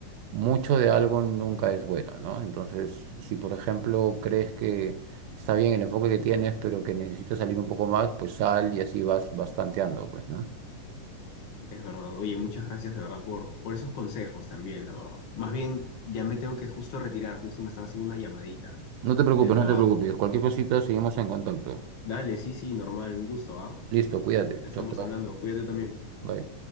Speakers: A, on the right (about 75°); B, on the left (about 45°).
A: mucho de algo nunca es bueno, ¿no? Entonces, si por ejemplo crees que está bien el enfoque que tienes, pero que necesitas salir un poco más, pues sal y así vas, vas tanteando, pues, ¿no?
B: Es verdad. Oye, muchas gracias de verdad por, por esos consejos también, la verdad. Más bien, ya me tengo que justo retirar, justo me están haciendo una llamadita
A: No te preocupes,
B: del trabajo.
A: no te preocupes. Cualquier cosita, seguimos en contacto.
B: Dale, sí, sí, normal, un gusto, ¿ah?
A: Listo, cuídate.
B: Ya estamos
A: Chau, chau.
B: hablando. Cuídate también.
A: Bye.